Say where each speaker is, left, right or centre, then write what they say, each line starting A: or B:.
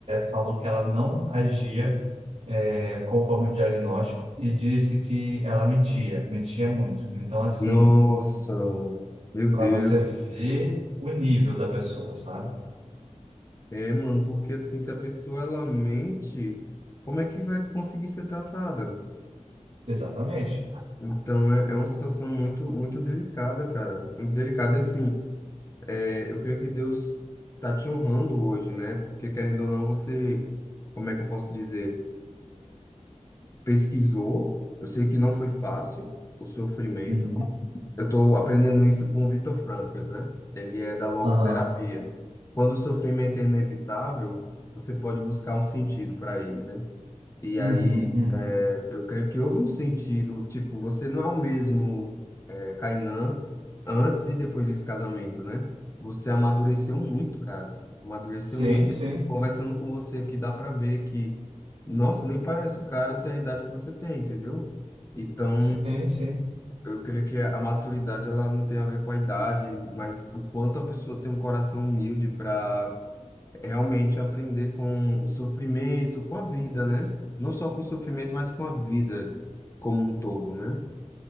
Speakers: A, on the right; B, on the left.
A: falou que ela não agia, é, conforme o diagnóstico e disse que ela mentia, mentia muito. Então, assim,
B: Nossa, meu Deus.
A: para você ver o nível da pessoa, sabe?
B: É, mano, porque assim, se a pessoa ela mente, como é que vai conseguir ser tratada?
A: Exatamente.
B: Então é, é uma situação muito muito delicada, cara, muito delicada. E assim, é, eu creio que Deus tá te honrando hoje, né? Porque querendo ou não, você, como é que eu posso dizer, pesquisou. Eu sei que não foi fácil o sofrimento.
A: Uhum.
B: Eu tô aprendendo isso com o Vitor Frankl, né? Ele é da logoterapia.
A: Aham.
B: Quando o sofrimento é inevitável, você pode buscar um sentido para ele, né? E
A: Uhum,
B: aí,
A: uhum.
B: é, eu creio que houve um sentido, tipo, você não é o mesmo é, Kainan antes e depois desse casamento, né? Você amadureceu muito, cara. Amadureceu
A: Sim,
B: muito.
A: sim.
B: Conversando com você aqui, dá pra ver que, nossa, nem parece o cara ter a idade que você tem, entendeu? Então,
A: Sim, sim.
B: eu creio que a maturidade, ela não tem a ver com a idade, mas o quanto a pessoa tem um coração humilde para realmente aprender com o sofrimento, com a vida, né? Não só com o sofrimento, mas com a vida como um todo, né?